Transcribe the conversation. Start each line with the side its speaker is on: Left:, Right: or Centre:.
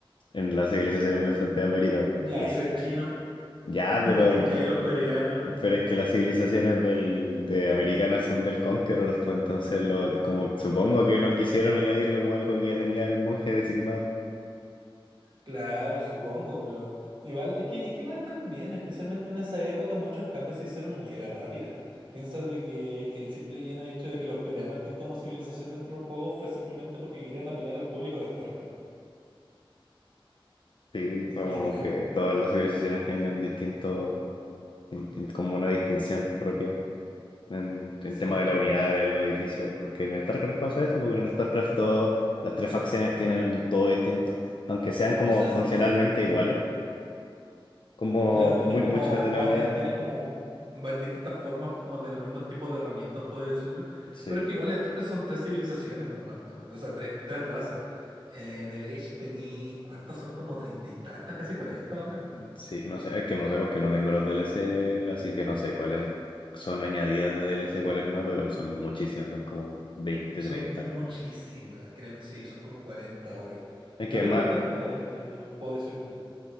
Left: en las civilizaciones meso- de América.
Right: Ya,
Left: Pues
Right: y los chinos,
Left: ya,
Right: <laughs>
Left: pero,
Right: ya, y los coreanos.
Left: pero es que las civilizaciones del, de americanas son del Conqueror, pues entonces lo, como, supongo que no quisieron añadirle como algo que ya tenía el monje designado.
Right: Claro, supongo, pero igual, es que, es que igual también, especialmente en esa época, muchos cambios se hicieron muy a la rápida. Piensa de que el simple y llano hecho de que los coreanos estén como civilización dentro del juego fue simplemente porque querían apelar al público de StarCraft.
Left: Sí,
Right: Li-
Left: como
Right: Literal.
Left: que todas las civilizaciones tengan distinto, distin- como una distinción propia en, en
Right: Sí.
Left: tema de la unidad de los edificios, porque en el StarCraft pasa eso, porque en el StarCraft todas las tres facciones tienen todo distinto, aunque sean como
Right: O sea,
Left: funcionalmente
Right: sí.
Left: iguales, como
Right: Claro, tienes
Left: mu-
Right: como
Left: muchas de
Right: varias,
Left: las unidades.
Right: tienes como va- distintas formas como de los mismos tipos de herramientas, puedes decirlo.
Left: Sí,
Right: Pero es que igual estas que son tres civilizaciones nomás, pa, o sea, tres, tres razas. En el Age tenéis, ¿cuántas son? Como treinta y tantas, casi cuarenta ahora.
Left: sí, no sé, es que no sé porque no tengo los DLC, así que no sé cuáles son añadidas de DLC, cuáles no, pero son muchísimas, son como veinte
Right: Son
Left: treinta
Right: muchísimas, créeme, sí, son como cuarenta ahora.
Left: Es que
Right: Yo que
Left: más...
Right: los tengo, este, puedo decirte.